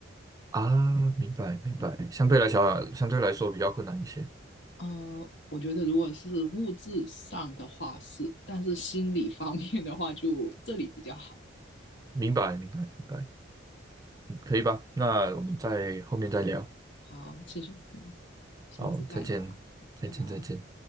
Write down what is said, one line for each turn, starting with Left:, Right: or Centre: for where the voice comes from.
Right: 啊。明白，明白。
Left: 啊
Right: 相对来讲，相对来说比较困难一些。
Left: 呃，我觉得如果是物质上的话是，但是心理方面的话就这里比较好。
Right: 明白，明白，明白。嗯，可以吧？那我们在后面再聊。
Left: 好，谢谢，嗯下次再聊，
Right: 好，再见，再见，
Left: 拜拜。
Right: 再见。